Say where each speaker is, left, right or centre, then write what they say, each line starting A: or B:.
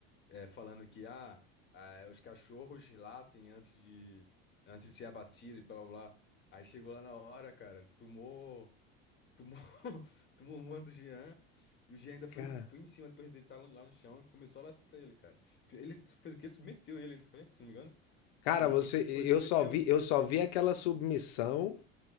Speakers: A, on the left (about 35°); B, on the left (about 75°).
A: é, falando que ah, ah, os cachorros latem antes de, antes de ser abatido e blá blá blá. Aí chegou lá na hora, cara, tomou, tomou, <laughs> tomou uma do Jean. E o Jean ainda foi,
B: Cara,
A: em- foi em cima depois dele estar lá no chão e começou a latir pra ele, cara. Ele fez o quê? Submeteu ele, não foi? Se não me engano.
B: cara,
A: Pegou
B: você,
A: pelo peito,
B: eu
A: foi, submeteu,
B: só vi,
A: na
B: eu
A: verdade.
B: só vi aquela submissão